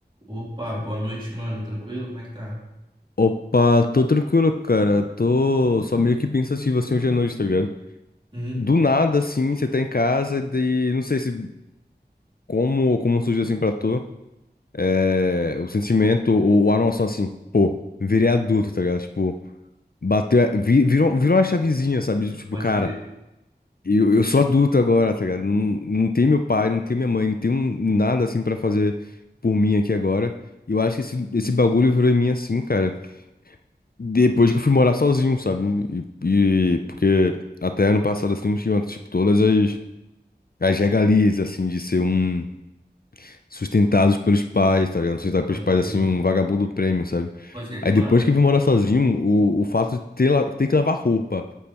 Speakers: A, on the right; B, on the left.
A: Opa, boa noite, mano. Tranquilo? Como é que tá?
B: Opa, tô tranquilo, cara. Tô só meio que pensativo assim hoje à noite, tá ligado?
A: Uhum.
B: Do nada, assim, você tá em casa e daí, não sei se como como surgiu assim pra tu, é, o sentimento ou ou a noção assim, pô, virei adulto, tá ligado? Tipo, bateu, a- vi- virou, virou uma chavezinha, sabe? Tipo,
A: Pode
B: cara,
A: crer,
B: eu, eu sou adulto agora, tá ligado? Não, não tem meu pai, não tem minha mãe, não tem um- nada assim pra fazer por mim aqui agora. E eu acho que esse, esse bagulho virou em mim assim, cara. Depois que eu fui morar sozinho, sabe? E, e- porque até ano passado, assim, eu tinha, tipo, todas as, as regalias, assim, de ser um sustentados pelos pais, tá ligado? Sustentado pelos
A: pode
B: pais,
A: crer.
B: assim, um vagabundo prêmio, sabe?
A: Pode crer.
B: Aí
A: Mano,
B: depois que eu vim morar sozinho, o, o fato de ter, la- ter que lavar roupa,